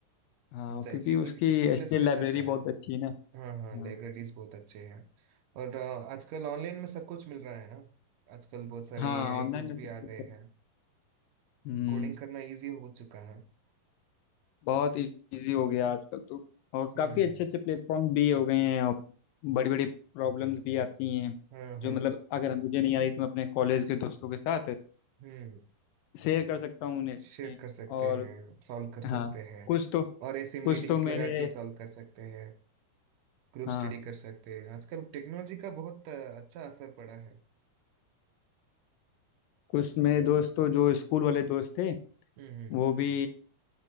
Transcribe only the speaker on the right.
अच्छा है
सी
सी प्लस
प्लस
अच्छा है
हाँ हाँ
लाइब्रेरीज बहुत अच्छे हैं और अ, आजकल ऑनलाइन में सब कुछ मिल रहा है ना आजकल बहुत सारे
एआई
टूल्स
भी
आ
गए
हैं
कोडिंग करना इजी हो चुका है
हम्म
हम्म
हाँ
हाँ
हम्म
शेयर कर सकते
हैं सॉल्व कर सकते
हैं
और ऐसे
मीटिंग्स
लगा के सॉल्व कर सकते हैं ग्रुप
स्टडी कर सकते हैं आजकल टेक्नोलॉजी का बहुत अ, अच्छा असर पड़ा है
हम्म हम्म